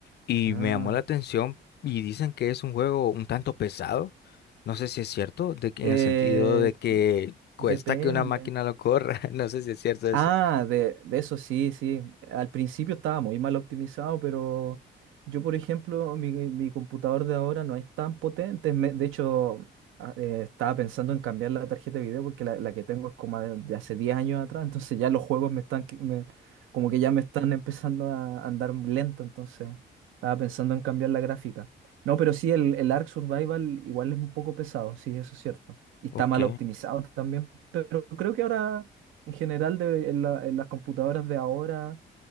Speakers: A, on the left (about 55°); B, on the right (about 85°).
A: Y
B: Ah,
A: me llamó la atención. Y dicen que es un juego un tanto pesado. No sé si es cierto, de que,
B: eh,
A: en el sentido de que cuesta
B: depende.
A: que una máquina lo corra. <laughs> No sé si es cierto eso.
B: Ah, de, de eso sí, sí. Al principio estaba muy mal optimizado, pero yo, por ejemplo, mi, mi computador de ahora no es tan potente. Me- de hecho, a- eh, estaba pensando en cambiar la tarjeta de video porque la, la que tengo es como de, de hace 10 años atrás. Entonces ya los juegos me están, que- me- como que ya me están empezando a andar lento. Entonces estaba pensando en cambiar la gráfica. No, pero sí, el, el Ark Survival igual es un poco pesado, sí, eso es cierto. Y está
A: Ok.
B: mal optimizado también, pero creo que ahora... En general, debe- en la- en las computadoras de ahora,